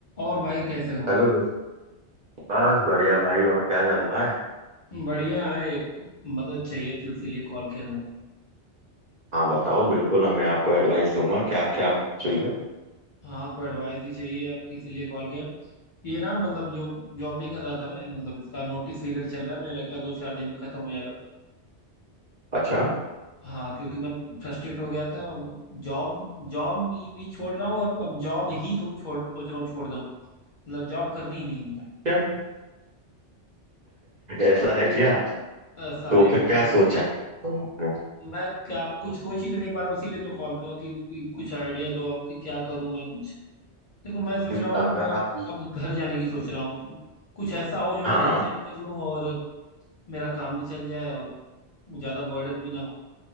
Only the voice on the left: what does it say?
और भाई कैसे हो
बढ़िया है एक मदद चाहिए थी उसीलिए कॉल किया तुम
हाँ तो एडवाइस ही चाहिए आपकी इसीलिए कॉल किया ये ना मतलब जो जॉब नहीं कर रहा था मैं मतलब इसका नोटिस पीरियड चल रहा है मुझे लगता है दो चार दिन में खत्म हो जाएगा
हाँ क्योंकि मैं फ्रस्ट्रेट हो गया था जॉब जॉब भी भी छोड़ रहा हूँ और अब जॉब ही सो, छोड़ सोच रहा हूँ छोड़ दूँ मतलब जॉब करनी ही नहीं मुझे
ऐसा
है एकदम
मैं
मैं क्या कुछ सोच ही तो नहीं पा रहा हूँ, इसीलिए तो कॉल किया कि कि कुछ आइडिया दो आपकी क्या करूँ मैं कुछ देखो मैं सोच
रहा हूँ ना
मैं अब
अब घर जाने की सोच रहा हूँ तो कुछ ऐसा हो जो मैं
घर से भी कर लूँ और मेरा काम भी चल जाए और ज़्यादा बर्डन भी ना हो